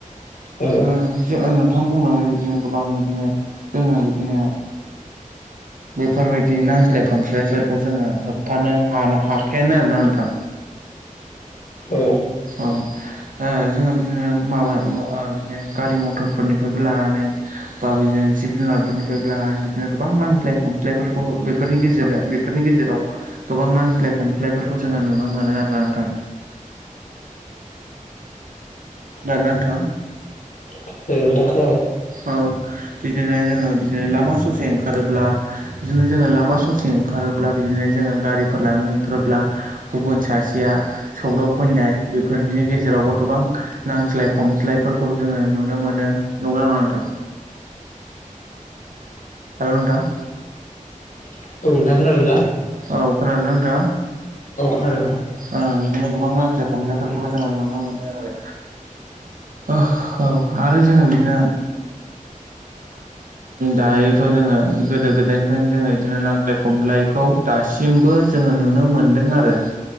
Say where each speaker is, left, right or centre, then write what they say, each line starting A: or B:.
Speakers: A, on the left; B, on the right.
A: उम
B: ओं जो नों थां बुंलांनाय बिदिनो गोबां बिदिनो जोङो बिदिनो बेफोरबायदि नांज्लाय खमज्लायफोरखौ जोङो होबथानो हानो हा-हा खायानो आरोना नोंथां।
A: औ औ
B: औ ओ जोङो बिदिनो माबा मा गारि मथर फोरनिफ्रायबो लानानै बा बिदिनो जिब जुनारफोरनिफ्राय लानानै बिदिनो गोबां नांज्लाय खम ज्लाय फोरखौनि गेजेर बेफोरनि गेजेराव गोबां नांज्लाय खमफ्लायफोरखौ जोङो नुनो मोनो आरो नों थां खोनादों ना नोंथां?
A: <unintelligible>
B: औ बिदिनो जोङो बिदिनो लामा ससे ओंखारोब्ला बिदिनो जोङो लामा ससे ओंखारोब्ला बिदिनो जोङो गारिफोर लानानै ओंखारोब्ला गुबुन सासेया सौदाव फैनाय बेफोरनि गेजेरावबो गोबां नांज्लाय खमज्लायफोरखौ जोङो नुनो मोनो नंगोना नङा नोंथां? हेल' नोंथां
A: औ नोंथां खोनादोंना?
B: औ खोनादोंना नोंथाङा?
A: औ खोनादों। नोंथां
B: ओ बिदिनो गोबां नांस्लाय खमलायफोरखौबो जोङो नुनो मोनो आरो औ आरो जोङो बिदिनो दायोथ' जोङो गोदो गोदायनिफ्रायनो जोङो बिदिनो नांज्लाय खमलायखौ दा सिमबो जोङो नुनो मोनदों आरो।